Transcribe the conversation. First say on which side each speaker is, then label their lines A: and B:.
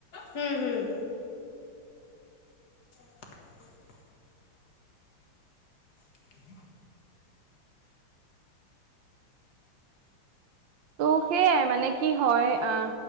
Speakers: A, on the left; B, on the right.
A: হম' হুম। চ একলাই আ যাবছথ <unintelligible>
B: ত' সেয়াই মানে কি হয়, আ